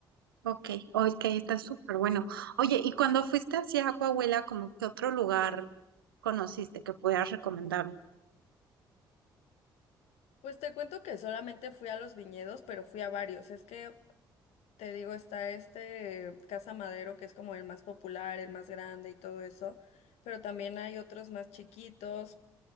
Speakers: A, on the right; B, on the left.
A: Ok, ok, está súper bueno. Oye, ¿y cuando fuiste hacia Coahuila, como qué otro lugar conociste que pudieras recomendar?
B: Pues te cuento que solamente fui a los viñedos, pero fui a varios. Es que te digo, está este Casa Madero, que es como el más popular, el más grande y todo eso, pero también hay otros más chiquitos.